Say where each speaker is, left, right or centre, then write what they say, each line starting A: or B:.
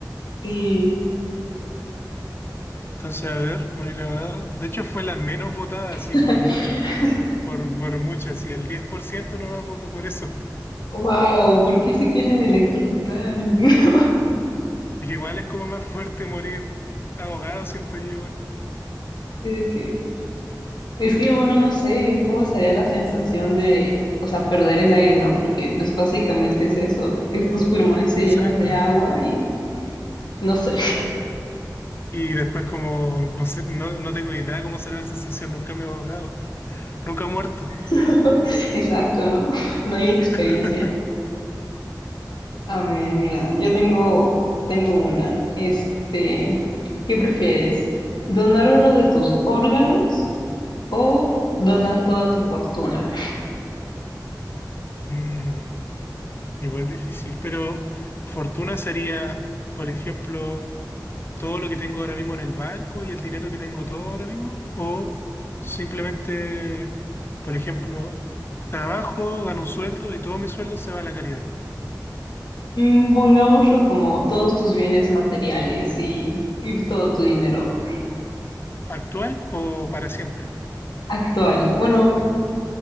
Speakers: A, on the left; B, on the left.
A: Sí.
B: Entonces, a ver, morir abogado. De hecho, fue la menos votada, así
A: <laughs>
B: por mucho. Por, por mucho, así el 10% no más votó por eso.
A: Wow, ¿por qué se quieren electrocutar? <laughs>
B: Es que igual es como más fuerte morir ahogado, siento yo igual.
A: Así de que Es que uno no sé cómo estaría la sensación de, o sea, perder el aire, ¿no? Porque pues básicamente es eso, que tus pulmones se
B: Exacto.
A: llenan de agua y no sé.
B: Y después como, no sé, no, no tengo idea cómo será la sensación. Nunca me he ahogado. Nunca he muerto.
A: <laughs> Exacto, ¿no? No hay experiencia.
B: <laughs>
A: A ver, mira, yo tengo, tengo una. Este, ¿qué prefieres? ¿Donar uno de tus órganos o donar toda tu fortuna? <laughs>
B: Mm, igual difícil, pero fortuna sería, por ejemplo, todo lo que tengo ahora mismo en el banco y el dinero que tengo todo ahora mismo, o simplemente, por ejemplo, trabajo, gano un sueldo y todo mi sueldo se va a la caridad,
A: Mm, Pongámoslo como todos tus bienes materiales y, y todo tu dinero
B: actual o para siempre.
A: actual. Bueno,